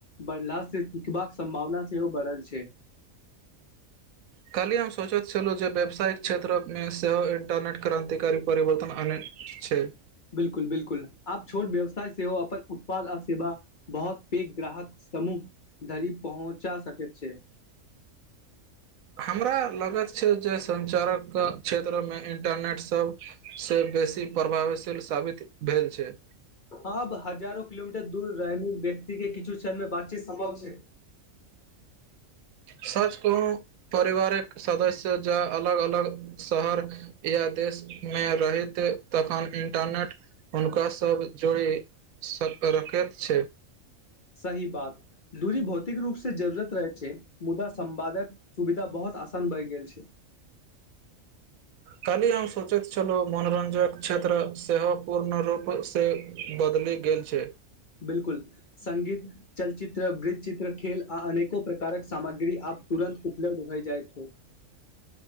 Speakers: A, on the left (about 45°); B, on the right (about 80°).
A: बढ़लाास से सिखबाक सम्भावना सेहो बढ़ल छै।
B: काल्हि हम सोचैत छलहुँ, जे व्यावसायिक क्षेत्रमे सेहो इंटरनेट क्रान्तिकारी परिवर्तन आनैत छै।
A: बिलकुल- बिलकुल आप छोट व्यवसाय सेहो हो अपन उत्पाद आ सेवा बहुत पेघ ग्राहक समूह धरी पहुँचा सकैत छै।
B: हमरा लगैत छै, जे सञ्चारक क्षेत्रमे इन्टरनेटसभसँ बेसी प्रभावशील साबित भेल छै।
A: आब हजारो किलोमीटर दूर रहने व्यक्ति किछु कमे बातचीत समभाव छै।
B: सच कहू! परिवार एक सदस्य जँ अलग -अलग शहर या देशमे रहैत तखन इन्टरनेट हुनकासभ जोड़ि रखैत छै।
A: सही बात दूरी भौतिक रूपसँ जरूरत रहैत छै, मुदा संवादक सुविधा बहुत आसान बढ़ गेल छै।
B: काली हम सोचैत छलहुँ, मनोरञ्जक क्षेत्र सेहो पूर्ण रूपसँ बदलि गेल छै।
A: बिल्कुल स्गीत चलचित्र वृतचित्र खेल आ अनेको प्रकारक सामग्री आब तुरन्त उपलब्ध होइ जाइत। ठ।